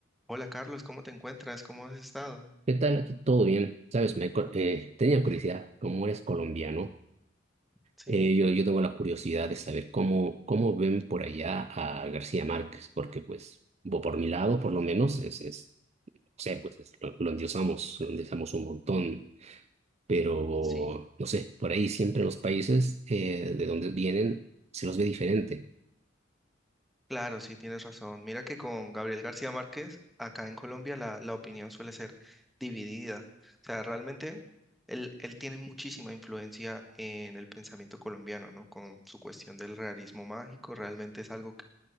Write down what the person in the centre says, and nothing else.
Hola Carlos, ¿cómo te encuentras? ¿Cómo has estado?
Sí,
sí,
claro, sí, tienes razón. Mira que con Gabriel García Márquez, acá en Colombia, la, la opinión suele ser dividida. O sea, realmente él, él tiene muchísima influencia en el pensamiento colombiano, ¿no? Con su cuestión del realismo mágico, realmente es algo